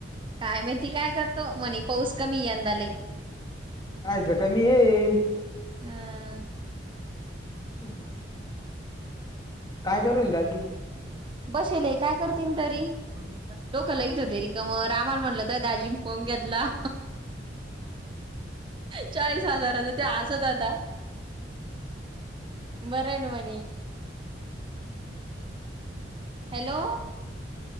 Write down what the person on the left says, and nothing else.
कायच कमी आहे.
हम्म. काय करू राहील दाजी?